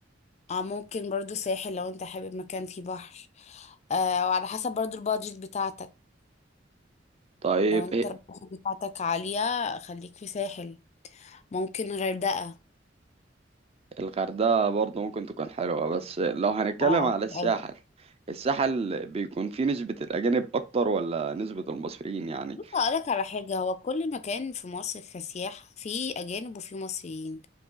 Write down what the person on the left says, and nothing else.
اه ممكن برضو ساحل لو انت حابب مكان فيه بحر آه وعلى حسب برضو البادجت بتاعتك
لو انت
البادجت بتاعتك عالية خليك في ساحل ممكن غردقة
اه
حلو
أوي.
بص هقولك على حاجة هو كل مكان في مصر كسياح فيه أجانب وفيه مصريين